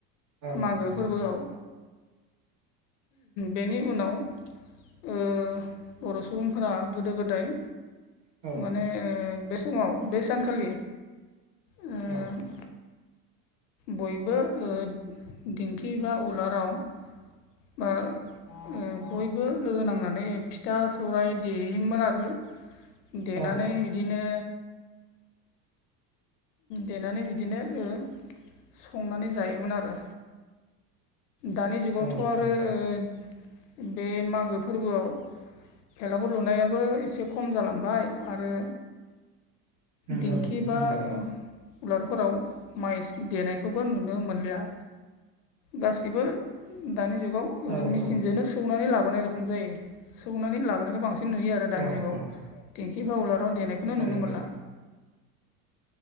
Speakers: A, on the right; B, on the left.
A: औ
B: मागो
A: नंगौ
B: फोरबोआव
A: औ
B: बेनि उनाव ओ बर' सुबुंफोरा गोदो गोदाय
A: औ
B: माने ओ बे समाव बे सानखालि ओ
A: औ
B: बयबो ओ दिंखि बा उलाराव बा ओ बयबो लोगो नांनानै फिथा सौरायाइ देयोमोन आरो। देनानै
A: औ
B: बिदिनो देनानै बिदिनो ओ संनानै जायोमोन आरो। दानि जुगावथ'
A: औ
B: आरो
A: औ
B: ओ बे मागो फोरबोआव बेलागुर लुनायाबो एसे खम जालांबाय आरो
A: नंगौ
B: दिंखि बा
A: नंगौ
B: उलारफोराव माइ देनायखौबो नुनो मोनलिया गासिबो दानि जुगाव
A: औ
B: मेचिनजोंनो
A: औ
B: सौनानै लाबोनाय रखम जायो सौनानै लाबोनायखौ बांसिन नुयो आरो दानि
A: औ
B: जुगाव
A: औ
B: देंखि बा वलाराव देनायखौनो
A: थारैनो
B: नुनो मोनला